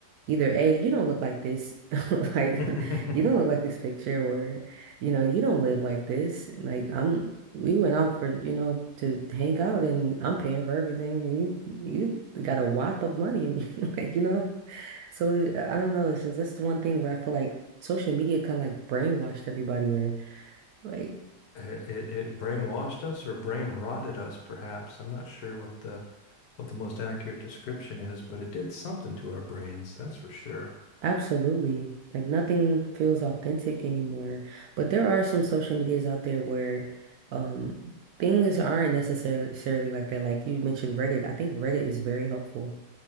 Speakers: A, on the right; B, on the left.
A: either A, you don't look like this, <laughs> like
B: <laughs>
A: you don't look like this picture, or you know, you don't live like this. And, Like I'm we went out for, you know, to hang out and I'm paying for everything and you you got a whop of money <laughs> and like, you know. So uh, I don't know. It's just that's the one thing where I feel like social media kind of like brainwashed everybody, or like
B: It, it it brainwashed us or brain rotted us, perhaps. I'm not sure what the what the most accurate description is, but it did something to our brains, that's for sure.
A: absolutely, like nothing feels authentic anymore. But there are some social medias out there where um things aren't necessarily necessarily like that. Like you mentioned Reddit. I think Reddit is very helpful.